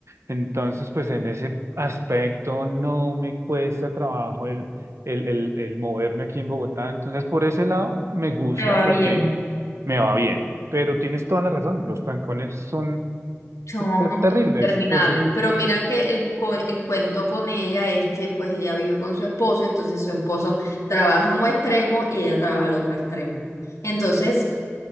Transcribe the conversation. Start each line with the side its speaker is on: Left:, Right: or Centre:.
Right: Entonces, pues en ese aspecto no me cuesta trabajo el, el, el, el moverme aquí en Bogotá. Entonces, por ese lado me gusta
Left: Te va
Right: porque
Left: bien.
Right: me va bien. Pero tienes toda la razón, los trancones son
Left: Son
Right: ter- terribles.
Left: interminables,
Right: Pues eh,
Left: pero mira que el, co- el cuento con ella es que pues ella vive con su esposo, entonces su esposo trabaja en un extremo y ella trabaja al otro extremo. Entonces